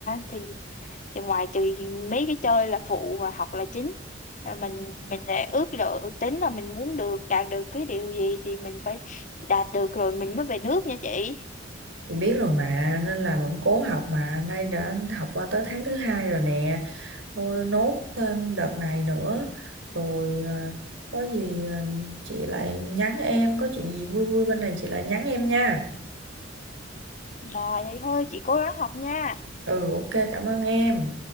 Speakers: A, on the left; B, on the right.
A: thì thì ngoài trừ mấy cái chơi là phụ và học là chính là mình mình đã ước lượng tính là mình muốn được đạt được cái điều gì thì mình phải đạt được rồi mình mới về nước nha chị
B: chị biết rồi mà nên là vẫn cố học mà nay đã học qua tới tháng thứ hai rồi nè thôi nốt thêm đợt này nữa rồi à, có gì à, chị lại nhắn em có chuyện gì vui vui bên này chị lại nhắn em nha
A: rồi vậy thôi chị cố gắng học nha
B: ừ ok cảm ơn em